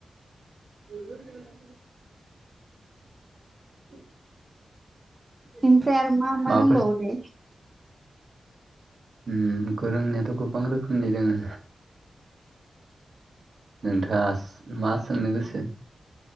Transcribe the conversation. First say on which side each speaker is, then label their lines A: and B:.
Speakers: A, on the right; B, on the right.
A: <inaudible> <inaudible>
B: बेनिफ्राय आरो मा मा
A: माबाफोर
B: रोंबावो दे
A: ओम गोरोंनायाथ' गोबां रोखोमनि रोङो नोंथाङास मा सोंनो गोसो